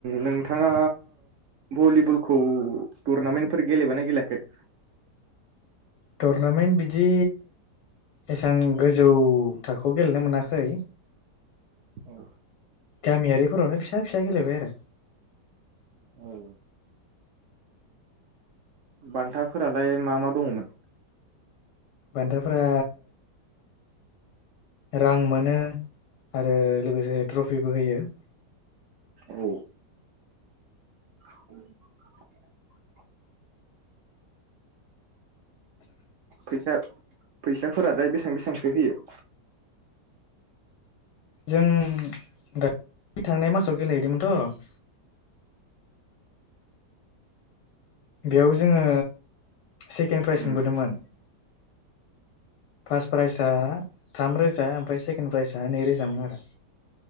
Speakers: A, on the right; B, on the left.
A: नोंथाङा भलिबलखौ टुरनामेन्टफोर गेलेबाना गेलेयाखै
B: टुरनामेन्ट बिदि एसां गोजौ थाखोआव गेलेनो मोनाखै
A: औ।
B: गामियारिफोरावनो फिसा फिसा गेलेबाय आरो
A: औ। बान्थाफोरालाय मा मा दङमोन।
B: बान्थाफोरा रां मोनो आरो लोगोसे ट्रफिबो होयो।
A: औ। <inaudible> फैसा फैसाफोरालाय बेसेबां बेसेबांसो होयो।
B: जों <unintelligible> थांनाय मासाव गेलेहैदोंमोनथ' बेयाव जोङो। सेकेन्ड प्राइज
A: उम
B: मोनबोदोंमोन। फास प्राइसा थाम रोजा ओमफ्राय सेकेणड प्राइजआ नैरोजामोन आरो